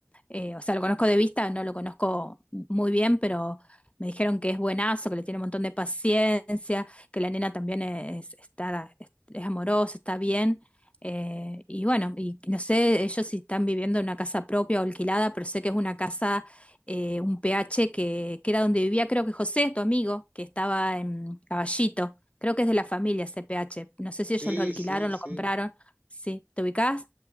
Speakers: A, on the left (about 25°); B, on the right (about 35°).
A: eh, o sea, lo conozco de vista, no lo conozco muy bien, pero me dijeron que es buenazo, que le tiene un montón de paciencia, que la nena también es, está, es, es amorosa, está bien. Eh, y bueno, y no sé ellos si están viviendo en una casa propia o alquilada, pero sé que es una casa, eh, un PH que, que era donde vivía, creo que José, tu amigo, que estaba en Caballito. Creo que es de la familia ese PH. No sé si
B: Sí,
A: ellos lo alquilaron,
B: sí, sí.
A: lo compraron. Sí, ¿te ubicás?